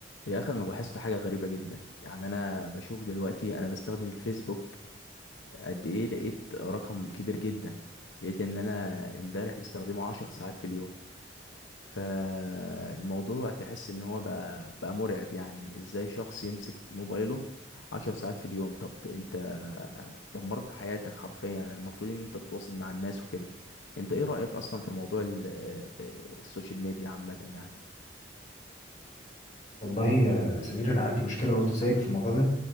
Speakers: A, on the left; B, on the left.
A: يا اخي انا لاحظت حاجه غريبه جدا يعني انا بشوف دلوقتي انا بستخدم الفيسبوك قد ايه لقيت رقم كبير جدا لقيت ان انا امبارح مستخدمه عشر ساعات في اليوم فالموضوع تحس ان هو بقى بقى مرعب يعني ازاي شخص يمسك موبايله عشر ساعات في اليوم طب انت دمرت حياتك حرفيا يعني المفروض ان انت تتواصل مع الناس وكده انت ايه رأيك اصلا في موضوع ال- آه، آه، السوشيال ميديا عامه يعني
B: والله يا سمير انا عندي مشكله برضه زيك في الموضوع ده